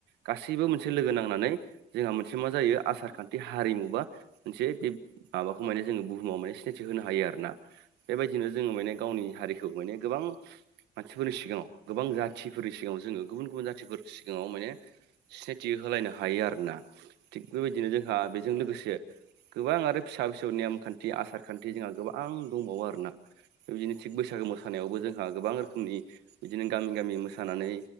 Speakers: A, on the right; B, on the left.
A: गासैबो मोनसे लोगो नांनानै जोंहा मोनसे मा जायो आसारखान्थि
B: उम
A: हारिमु बा मोनसे बे माबाखौ
B: औ
A: माने जोङो बुहुमाव माने सिनाय थि होनो हायो आरोना बेबायदिनो जोङो माने
B: औ
A: गावनि
B: औ
A: हारिखौ माने गोबां मानसिफोरनि सिगाङाव गोबां जाथिफोरनि सिगाङाव जोङो गुबुन गुबुन जाथिफोरनि सिगाङाव माने सिनाय थि होलायनो हायो आरोना थिग बेबायदिनो जोंहा बेजों
B: औ
A: लोगोसे गोबां आरो फिसा फिसौ नेम खान्थि आसार खान्थि जोंहा गोबां दंबावो आरोना बिदिनो थिग बैसागो मोसानायावबो जोंहा गोबां रोखोमनि बिदिनो गामि गामि मोसानानै